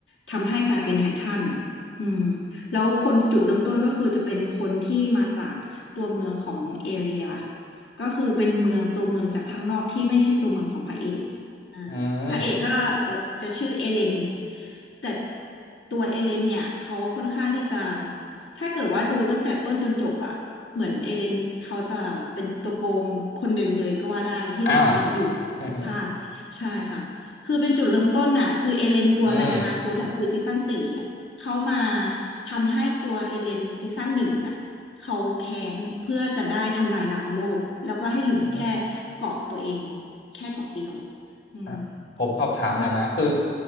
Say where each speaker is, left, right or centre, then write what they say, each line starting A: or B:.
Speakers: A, on the left; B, on the left.
A: ทำให้กลายเป็นไททันอืม แล้วคนจุดเริ่มต้นก็คือจะเป็นคนที่มาจากตัวเมืองของเอเรียก็คือเป็นเมืองตัวเมืองจากข้างนอกที่ไม่ใช่ตัวเมืองของพระเอกอ่า
B: อืม
A: พระเอกก็จะจะชื่อเอเลนแต่ตัวเอเลนเนี่ยเขาค่อนข้างที่จะถ้าเกิดว่าดูตั้งแต่ต้นจนจบอะเหมือนเอเลนเขาจะเป็นตัวโกงคนหนึ่งเลยก็ว่าได้ที่แบบว่าอยู่ทุกภาคใช่ค่ะคือเป็นจุดเริ่มต้นน่ะคือเอเลนตัวในอนาคตอ่ะคือซีซั่นสี่อ่ะ
B: อ้าว <laughs> อืม
A: เขามาทำให้ตัวเอเลนซีซั่นหนึ่งอ่ะเขาแค้นเพื่อจะได้ทำลายล้างโลกแล้วก็ให้เหลือแค่เกาะตัวเอง
B: อ๋อ
A: แค่เกาะเดียวอืม
B: อ่ะผมสอบถามหน่อยนะคือ
A: ก็